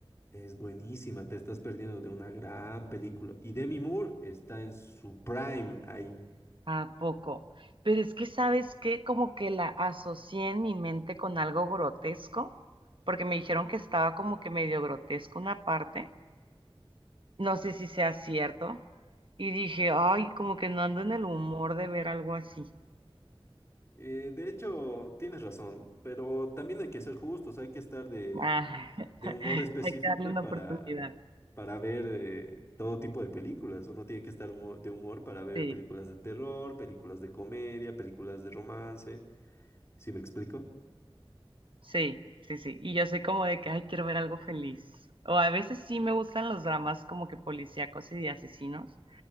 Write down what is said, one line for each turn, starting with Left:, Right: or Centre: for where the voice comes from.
Left: Es buenísima, te estás perdiendo de una gran película. Y Demi Moore está en su prime ahí.
Right: ¿A poco? Pero es que, ¿sabes qué? Como que la asocié en mi mente con algo grotesco, porque me dijeron que estaba como que medio grotesco una parte. No sé
Left: Sí.
Right: si sea cierto. Y dije, ay, como que no ando en el humor de ver algo así.
Left: Eh, de hecho, tienes razón, pero también hay que ser justos, hay que estar de,
Right: Ah,
Left: de
Right: <laughs>
Left: humor específico
Right: hay que darle una
Left: para,
Right: oportunidad.
Left: para ver eh, todo tipo de películas. Uno tiene que estar humo- de humor para ver
Right: Sí,
Left: películas de terror, películas de comedia, películas de romance. ¿Sí me explico?
Right: sí, sí, sí. Y yo soy como de que, ay, quiero ver algo feliz. O a veces sí me gustan los dramas como que policíacos y de asesinos,